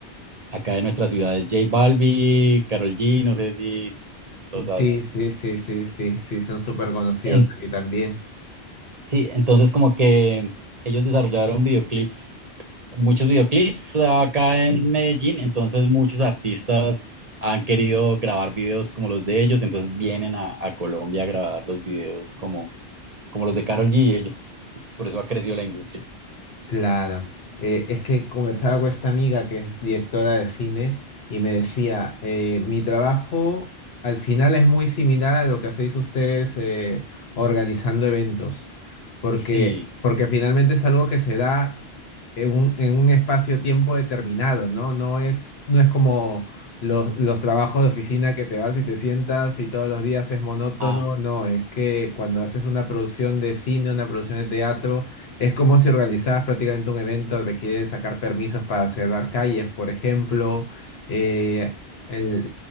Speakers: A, on the right (about 40°); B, on the left (about 70°).
A: acá de nuestras ciudades, J Balbi, Karol G, no sé si los
B: pues,
A: has...
B: sí, sí, sí, sí, sí, sí, son súper conocidos
A: en-
B: aquí también.
A: sí, entonces como que ellos desarrollaron videoclips, muchos videoclips acá en Medellín, entonces muchos artistas han querido grabar videos como los de ellos, entonces vienen a, a Colombia a grabar los videos como, como los de Karol G y ellos. Entonces, por eso ha crecido la industria.
B: Claro, eh, es que conversaba con esta amiga que es directora de cine y me decía, eh, mi trabajo al final es muy similar a lo que hacéis ustedes eh, organizando eventos, porque,
A: Sí,
B: porque finalmente es algo que se da en un, en un espacio-tiempo determinado, ¿no? No es, no es como los, los trabajos de oficina que te vas y te sientas y todos los días es monótono,
A: ah,
B: no, es que cuando haces una producción de cine, una producción de teatro, es como si organizabas prácticamente un evento, requiere sacar permisos para cerrar calles, por ejemplo, eh, el,